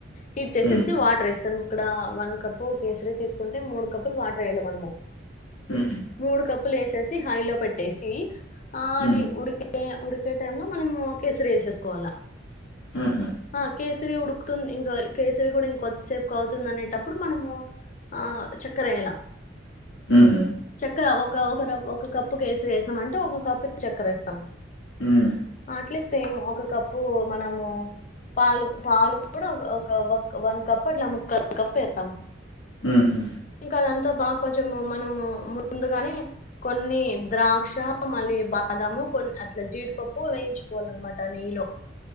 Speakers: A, on the left (about 40°); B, on the left (about 80°).
A: హీట్చేసేసి
B: హ్మ్.
A: వాటర్ ఏస్తాం ఇక్కడ వన్ కప్పు కేసరీ తీసుకుంటే మూడు కప్పులు వాటర్ ఏయాలి మనము
B: హుహు.
A: మూడు కప్పులేసేసి హైలో పెట్టేసి ఆ
B: హ్మ్.
A: అది ఉడికే ఉడికే టైంలో మనము కేసరి ఏసేసుకోవాలా
B: హుహు.
A: ఆ కేసరి ఉడుకుతుంది ఇంక కేసరి కూడా ఇంకొద్దిసేపుకవుతుంది అనేటప్పుడు మనము ఆ చక్కరేయలా
B: మ్ హు
A: చక్కెర ఒక ఒక ఒక కప్పు కేసరేసాం అంటే ఒక కప్పు చక్కెర వేస్తాం.
B: హ్మ్.
A: అట్లేసేమ్ ఒక కప్పు మనము. పాలు పాలు కూడా ఒక వ వన్ కప్ అట్లా ముక్క కప్పు వేస్తాం.
B: మ్ హ్మ్
A: కదంతా బాగా కొంచెం మనము ము ముందు గానే కొన్ని ద్రాక్ష మళ్ళీ బాదము కొన్ అట్ల జీడిపప్ ప్పు వేయించుకోవాలనమాటా నెయ్యిలో.